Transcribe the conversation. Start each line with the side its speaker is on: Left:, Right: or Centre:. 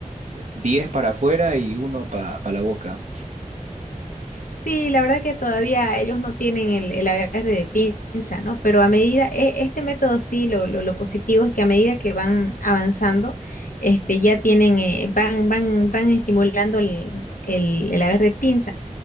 Right: 10 para afuera y uno para la boca.
Left: Sí, la verdad que todavía ellos no tienen el, el agarre de pinza, ¿no? Pero a medida, e- este método sí, lo, lo, lo positivo es que a medida que van avanzando, este, ya tienen, eh, van, van, van estimulando el, el, el agarre de pinza.